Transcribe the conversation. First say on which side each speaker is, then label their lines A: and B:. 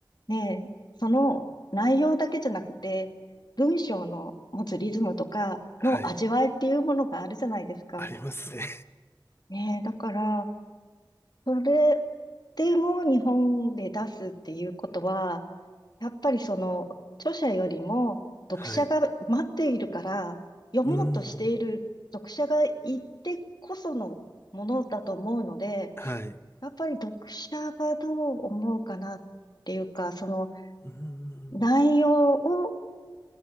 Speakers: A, on the left; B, on the left.
A: で、その内容だけじゃなくて、文章の持つリズムとかの味わいっていうものがあるじゃないですか。
B: はい。ありますね。
A: ねえ、だから、それでも日本で出すっていうことは、やっぱりその著者よりも読者が待っているから、
B: <laughs> はい。
A: 読もうとしている読者がいてこそのものだと思うので、
B: うーん。はい。う
A: やっぱり読者がどう思うかなっていうか、その
B: ーん。
A: 内容を